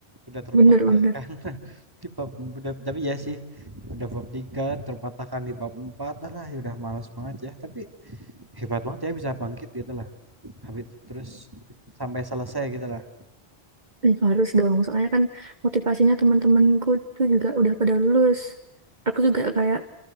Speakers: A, on the right; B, on the right.
A: Udah terpatahkan
B: bener-bener
A: <laughs> di bab udah, tapi ya sih udah bab tiga terpatahkan di bab empat ah lah ya udah malas banget ya. Tapi hebat banget ya bisa bangkit gitu lah. Habis terus sampai selesai gitu lah.
B: nih harus dong, soalnya kan motivasinya teman-temanku tuh juga udah pada lulus. Aku juga kayak